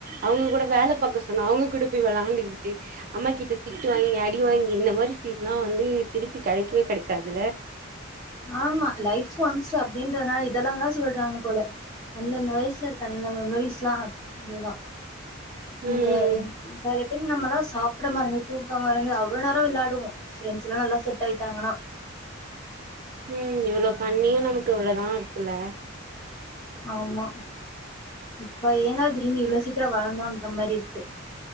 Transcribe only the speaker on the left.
ஆமா லைப் ஒன்ஸ் அப்படின்றதுனால இதெல்லா தான் சொல்றாங்க போல அந்தந்த வயசுல இருக்க அந்த மெமரிஸ்ல்லாம் இதுதான்
இந்த
சரட் தின் நமல்லா சாப்பட மறந்து தூக்க மறந்து அவளோ நேரோ விளாயாடுவோம் ஃப்ரெ்ஸ்ல்லாம் நல்லா செட் ஆயிட்டாங்கன்னா
ஆமா இப்ப ஏன்னா திரீனு இவளோ சீிரம்ளர்ந்தோன்ற மாதிரி இரு இருக்கு